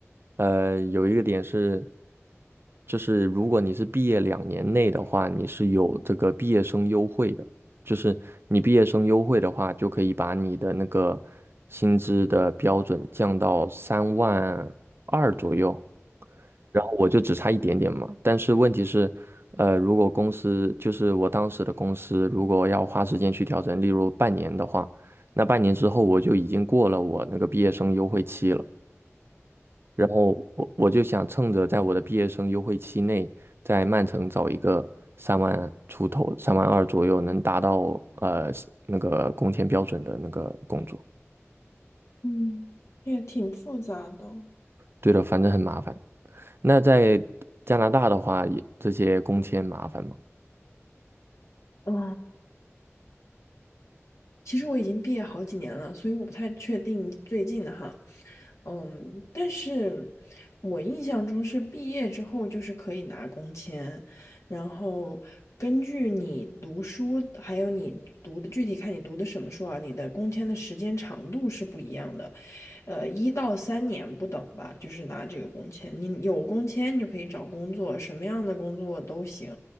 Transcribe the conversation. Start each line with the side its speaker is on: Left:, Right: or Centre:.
Right: 呃，有一个点是，就是如果你是毕业两年内的话，你是有这个毕业生优惠的，就是你毕业生优惠的话，就可以把你的那个薪资的标准降到三万二左右。然后我就只差一点点嘛。但是问题是，呃，如果公司就是我当时的公司，如果要花时间去调整，例如半年的话，那半年之后我就已经过了我那个毕业生优惠期了，然后我我就想趁着在我的毕业生优惠期内，在曼城找一个三万出头、三万二左右能达到呃那个工签标准的那个工作。
Left: 嗯，也挺复杂的。
Right: 对的，反正很麻烦。那在加拿大的话，也这些工签麻烦吗？
Left: 哦，其实我已经毕业好几年了，所以我不太确定最近的哈。嗯，但是我印象中是毕业之后就是可以拿工签，然后根据你读书，还有你读的具体看你读的什么书啊，你的工签的时间长度是不一样的，呃，一到三年不等吧，就是拿这个工签。你有工签，你就可以找工作，什么样的工作都行。